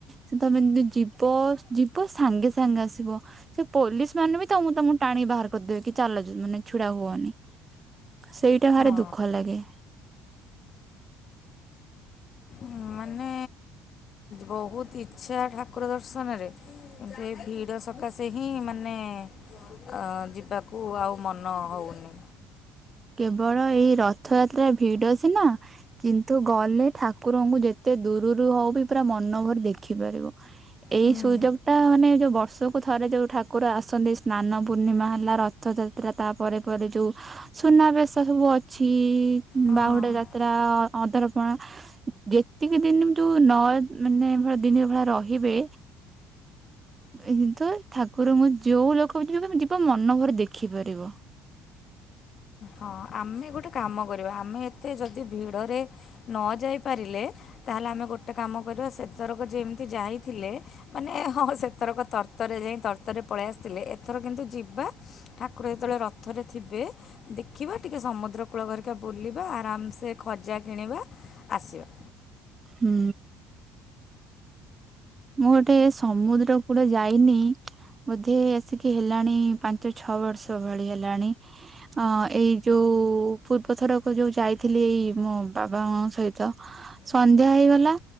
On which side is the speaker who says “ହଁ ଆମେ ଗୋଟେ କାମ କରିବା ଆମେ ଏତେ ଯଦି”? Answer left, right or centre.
Left